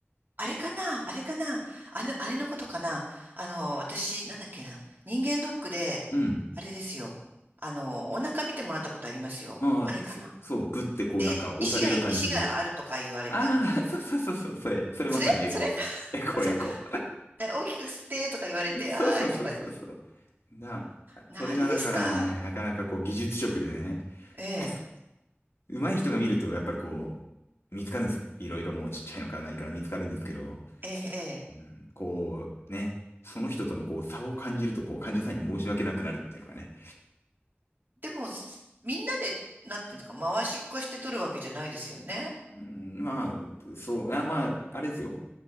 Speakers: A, on the right (about 50°); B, on the left (about 75°).
A: あれかな、あれかな、あの、あれのことかな。あの、私、なんだっけな、人間ドックで、
B: うん。
A: あれですよ。あの、お腹見てもらったことありますよ。
B: ああ、
A: あれかな。
B: そ、そう、グッてこうなんか押される感じで。
A: で、石が、石があるとか言われたの。
B: ああ、そうそうそうそう、それ、それまさにエコーっすね。
A: それそれ <laughs>
B: <laughs> エコーエコ
A: そう。で大きく吸ってとか言われて、
B: ー。そうそうそうそうそう。
A: はーいとか、
B: な、
A: な、
B: それがだからね、
A: あれですか。
B: なかなかこう技術職でね、
A: ええ、
B: <laughs> 上手い人が見るとやっぱりこう、見つかるんですよ。いろいろもうちっちゃいのから何から見つかるんですけど、
A: ええ、ええ。
B: うん、こうね、その人とのこう差を感じるとこう患者さんに申し訳なくなるっていうのがね。
A: でも、すみんなで、なんていうのか、回しっこして取るわけじゃないですよね。
B: うん、まあ、そう、あ、まあ、あれですよ。